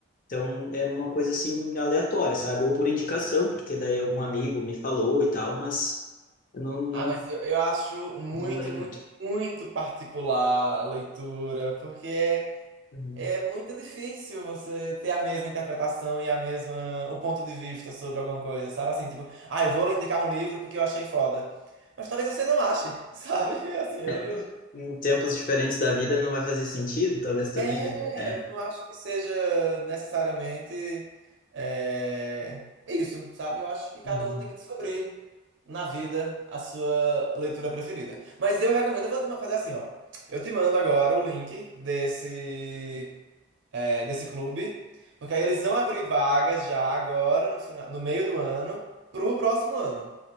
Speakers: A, on the left (about 45°); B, on the right (about 70°).
A: Então é uma coisa assim aleatória, sabe? Ou por indicação, porque daí algum amigo me falou e tal, mas eu não, não,
B: Ah, mas eu, eu acho muito,
A: não leio
B: muito,
A: muito.
B: muito particular a leitura, porque é
A: Uhum,
B: É muito difícil você ter a mesma interpretação e a mesma, o ponto de vista sobre alguma coisa, sabe? Assim, tipo, ah, eu vou lhe indicar um livro porque eu achei foda. Mas talvez você não ache, <laughs> sabe? Assim, eu
A: É.
B: não...
A: Em tempos diferentes da vida não vai fazer sentido, talvez também,
B: É,
A: né? É.
B: eu não acho que seja necessariamente é, isso, sabe? Eu acho que cada
A: uhum.
B: um tem que descobrir na vida a sua leitura preferida. Mas eu recomendo, eu vou te ma- fazer assim, ó. Eu te mando agora o link desse é, desse clube, porque aí eles vão abrir vagas já agora, no final, no meio do ano, pro próximo ano.